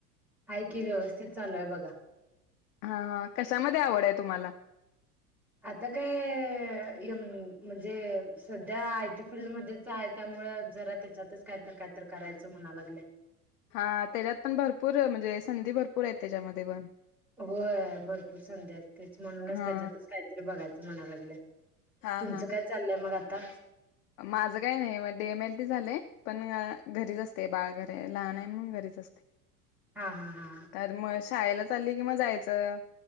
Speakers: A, in the centre; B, on the left.
A: आहे की, व्यवस्थित चालू आहे बघा.
B: हा हा, कशामध्ये आवड आहे तुम्हाला?
A: आता काय, यून म्हणजे सध्या आय टी फील्डमध्ये आहे, त्यामुळ जरा त्याच्यातच काय तर, काय तर करायचं म्हणा लागल्या.
B: हा त्याच्यात पण भरपूर, म्हणजे संधी भरपूर आहेत त्याच्यामध्ये पण.
A: होय भरपूर संधी आहेत. तेच म्हणूनच
B: हा
A: त्याच्यातच काहीतरी बघायचं म्हणा लागल्यात.
B: हा
A: तुमचं
B: हा
A: काय चाललंय मग आता?
B: माझं काय नाही. म डे. एम. एल. टी. झालंय पण घरीचं असते, बाळ घरी लहान आहे म्हणून घरीच असते.
A: हा हा हा हा.
B: तर मग शाळेला चालली कि मग जायचं,